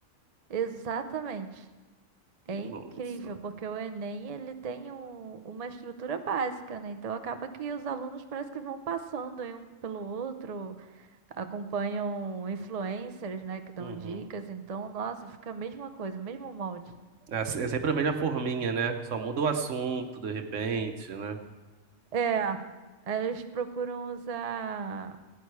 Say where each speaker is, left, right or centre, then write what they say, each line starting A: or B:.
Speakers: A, on the right (about 40°); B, on the right (about 65°).
A: exatamente. É
B: Nossa.
A: incrível, porque o Enem ele tem um- uma estrutura básica, né? Então acaba que os alunos parece que vão passando em um pelo outro, acompanham influencers, né, que dão
B: Uhum.
A: dicas. Então, nossa, fica a mesma coisa, o mesmo molde.
B: É se- é sempre a mesma forminha, né? Só muda o assunto de repente, né?
A: É, eles procuram usar